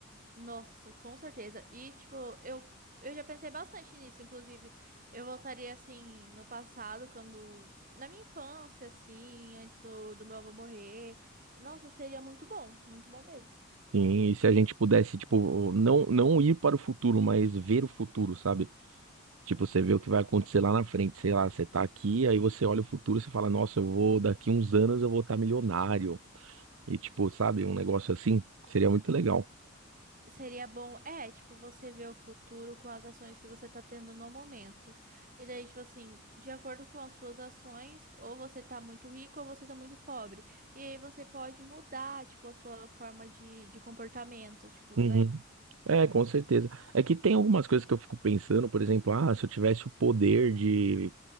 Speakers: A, on the right; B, on the right.
A: Nossa, com certeza. E, tipo, eu, eu já pensei bastante nisso. Inclusive, eu voltaria assim no passado, quando. Na minha infância, assim, antes do, do meu avô morrer. Nossa, seria muito bom, muito bom mesmo.
B: Sim, e se a gente pudesse, tipo, não, não ir para o futuro, mas ver o futuro, sabe? Tipo, você vê o que vai acontecer lá na frente, sei lá, você tá aqui, aí você olha o futuro, você fala, nossa, eu vou, daqui uns anos eu vou estar milionário. E tipo, sabe, um negócio assim seria muito legal.
A: Seria bom, é, tipo, você ver o futuro com as ações que você tá tendo no momento. E daí, tipo assim, de acordo com as suas ações, ou você tá muito rico ou você tá muito pobre. E aí você pode mudar, tipo, a sua forma de, de comportamento, tipo,
B: Uhum.
A: né?
B: É, com certeza. É que tem algumas coisas que eu fico pensando, por exemplo, ah, se eu tivesse o poder de